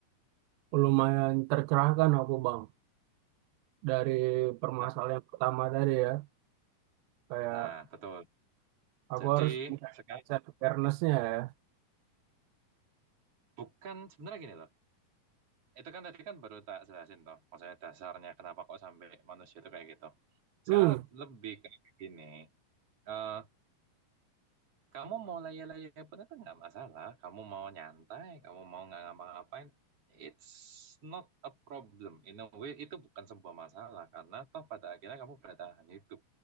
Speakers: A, on the right; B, on the right.
A: lumayan tercerahkan aku Bang dari permasalahan
B: Nah,
A: yang pertama tadi ya. Kayak
B: nah betul.
A: aku
B: Jadi
A: harus meningkatkan
B: sekarang
A: self awareness-nya ya.
B: bukan sebenarnya gini loh. itu kan tadi kan baru tak jelasin toh maksudnya dasarnya kenapa kok sampai manusia itu kayak gitu sekarang
A: Hmm,
B: leb- lebih kayak gini eh kamu mau layak-layak pun itu nggak masalah kamu mau nyantai kamu mau nggak ngapa-ngapain it's not a problem in a way itu bukan sebuah masalah karena toh pada akhirnya kamu bertahan hidup